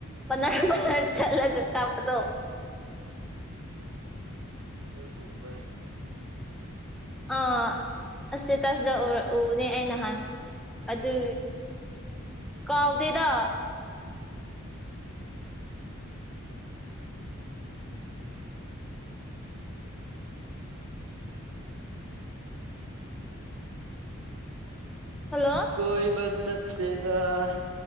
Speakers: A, in the centre; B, on the right (about 80°).
A: ꯄꯅꯔ ꯄꯅꯔ ꯆꯂꯒ ꯀꯥꯞꯄꯗꯣ
B: ꯅꯣꯢ ꯎꯕ꯭ꯔꯥꯅꯦ
A: ꯑꯥ ꯑ ꯁ꯭ꯇꯥꯇꯁꯇ ꯎꯕꯅꯦ ꯑꯩ ꯅꯍꯥꯟ ꯑꯗꯨ ꯀꯥꯎꯗꯦ ꯗꯦꯗ
B: <unintelligible> <unintelligible> <unintelligible> <unintelligible>
A: ꯍꯜꯂꯣ
B: ꯀꯣꯏꯕ ꯆꯠꯇꯦꯗ